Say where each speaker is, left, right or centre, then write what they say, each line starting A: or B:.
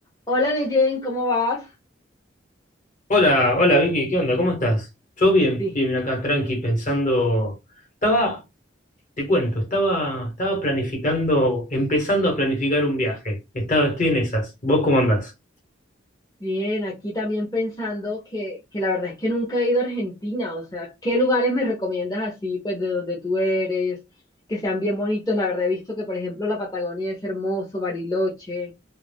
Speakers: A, on the left; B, on the left.
A: Hola Neyen, ¿cómo vas?
B: Hola, hola Vicky, ¿qué onda? ¿Cómo estás? Yo bien,
A: Bi-
B: bien acá, tranqui, pensando. Estaba, te cuento, estaba, estaba planificando, empezando a planificar un viaje. Estaba, estoy en esas. ¿Vos cómo andás?
A: Bien, aquí también pensando que, que la verdad es que nunca he ido a Argentina, o sea, ¿qué lugares me recomiendas así, pues de donde tú eres, que sean bien bonitos? La verdad he visto que, por ejemplo, la Patagonia es hermoso, Bariloche,